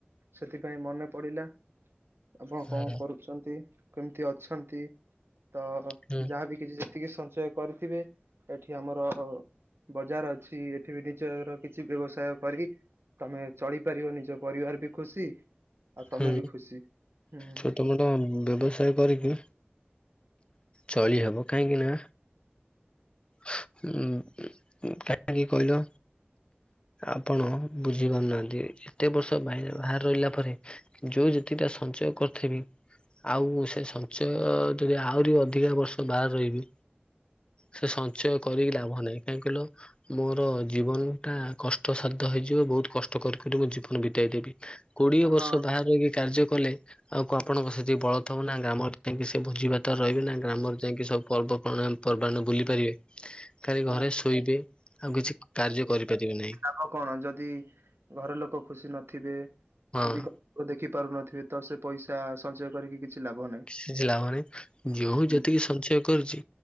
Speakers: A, on the right; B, on the left.
A: ସେଥିପାଇଁ ମନେ ପଡିଲା। ଆପଣ
B: ହୁଁ
A: କଣ କରୁଛନ୍ତି କେମିତି ଅଛନ୍ତି? ତ
B: ହୁଁ
A: ଯାହାବି କିଛି ଯେତିକି ସଞ୍ଚୟ କରିଥିବେ ଏଠି ଆମର ବଜାର ଅଛି ଏଠି ବି ନିଜର କିଛି ବ୍ୟବସାୟ କରି। ତମେ ଚଳିପାରିବ ନିଜ ପରିବାର ବି ଖୁସି ଆଉ ତମେ
B: ହୁଁ
A: ବି ଖୁସି ହୁଁ
B: ଛୋଟ ମୋଟ ବ୍ୟବସାୟ କରିକି ଚଳିହବ କାହିଁକି ନା ହ କାହିଁକି କହିଲ? ଆପଣ ବୁଝିପାରୁନାହାନ୍ତି ଏତେ ବର୍ଷ ବାହାର ରହିଲା ପରେ। ଯୋଉ ଯେତିକିଟ ସଞ୍ଚୟ କରିଥିବି। ଆଉ ସେ ସଞ୍ଚୟ ଯଦି ଆହୁରି ଅଧିକା ବର୍ଷ ବାହାର ରହିବି। ସେ ସଞ୍ଚୟ କରିକି ଲାଭ ନାହିଁ କାହିଁକି କହିଲ ମୋର ଜୀବନ ଟା କଷ୍ଟସାଧ୍ୟ। ହେଇଯିବ ବହୁତ କଷ୍ଟ କରି କରି ମୁଁ ଜୀବନ ବିତେଇ ଦେବି କୋଡିଏ ବର୍ଷ
A: ହଁ
B: ବାହାରେ କାର୍ଯ୍ୟ କଲେ ଆଉ ଆପଣଙ୍କ ସେତିକି ବଳ ଥିବ ନା ଗ୍ରାମର ଯାଇି ସେ ଭୋଜି ଭାତାର ରହିବେ ନା ଗ୍ରାମ ଯ ଯି ସବୁ ପର୍ବ ପର୍ବାଣ ବୁଲି ପାରିବେ? ଖାଲି
A: ହଁ
B: ଘରେ ଶୋଇବେ ଆଉ କିଛି କାର୍ଯ୍ୟ କରିପାରିବେ ନାହିଁ।
A: ଆଉ କଣ ଯଦି ଘର ଲୋକ ଖୁସି ନଥିବେ।
B: ହଁ
A: ଯଦି ଗ ଦେଖି ପାରୁନଥିବେ ତ ସେ ପଇସା ସଞ୍ଚୟ କରିକି କିଛି ଲାଭ ନାହିଁ।
B: କିଛି ଲାଭ ନାହିଁ ଯୋଉ
A: ହୁଁ
B: ଯେତିକି ସଞ୍ଚୟ କରୁଛି